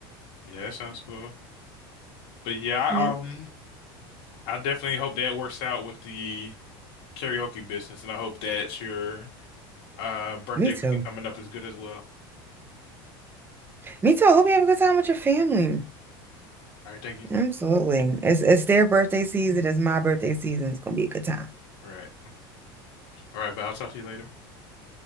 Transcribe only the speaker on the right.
Yeah.
Me too.
Me too. I hope you have a good time with your family.
Absolutely. It's it's their birthday season. It's my birthday season. It's gonna be a good time.